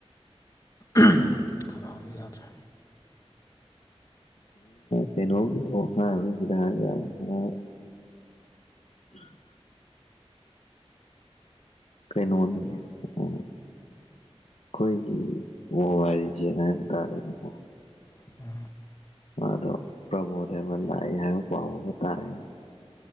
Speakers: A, on the left; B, on the left.
A: ꯎꯝ ꯈꯅꯥꯎꯖꯤ ꯌꯥꯗꯔꯦ
B: ꯇꯩꯅꯣ ꯑꯣꯍꯥꯁꯤꯗꯒ <unintelligible> ꯎ <unintelligible> ꯀꯩꯅꯣꯅꯤ ꯑꯣ ꯑꯩꯈꯣꯏꯒꯤ ꯃꫭꯕꯥꯜꯂꯤꯖꯦꯟ ꯍꯥꯏꯕ ꯇꯥꯔꯦ ꯑꯗꯨꯕꯨ
A: ꯑ
B: ꯃꯥꯗꫭ ꯄ꯭ꯔꯃꫭꯗꯥꯏꯃꯟ ꯂꯥꯛꯑꯦ ꯍꯥꯏꯕ ꯄꯥꯎ ꯑꯃ ꯇꯥꯏꯌꯦ